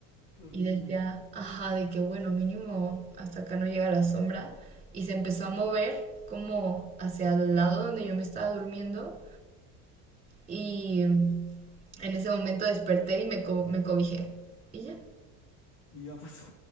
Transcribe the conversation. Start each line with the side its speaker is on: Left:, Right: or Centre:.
Left: Qué horrible.
Right: y decía, ajá, de que bueno, mínimo hasta acá no llega la sombra. Y se empezó a mover como hacia el lado donde yo me estaba durmiendo y en ese momento desperté y me, co- me cobijé. Y ya.
Left: Y ya <laughs> pasó.